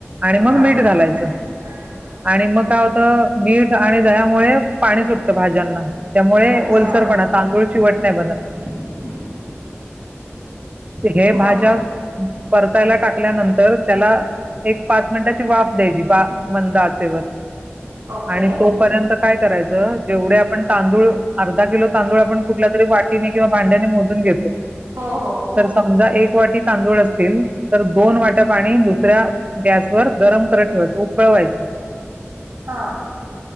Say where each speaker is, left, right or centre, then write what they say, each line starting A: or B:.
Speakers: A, on the right (about 30°); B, on the right (about 85°).
A: आणि मग
B: हा
A: मीठ घालायचं.
B: <inaudible>
A: आणि मग काय होतं मीठ आणि दह्यामुळे पाणी सुटतं भाज्यांना त्यामुळे
B: अच्छा
A: ओलसर पणा तांदूळ चीवट ये बघा.
B: <unintelligible>
A: हे भाज्या
B: बरं
A: परतायला टाकल्यानंतर त्याला एक पाच मिनिटाची वाफ द्यायची बा मंद आचेवर
B: ओके
A: आणि तोपर्यंत काय करायचं जेवढे आपण तांदूळ अर्धा किलो तांदूळ आपण कुठल्या तरी वाटीने किंवा भांड्याने मोजून घेतो
B: हो हो
A: तर समजा एक वाटी तांदूळ असतील तर दोन वाट्या पाणी दुसऱ्या गॅस वर गरम करत ठेवायच उकळ वायच.
B: हा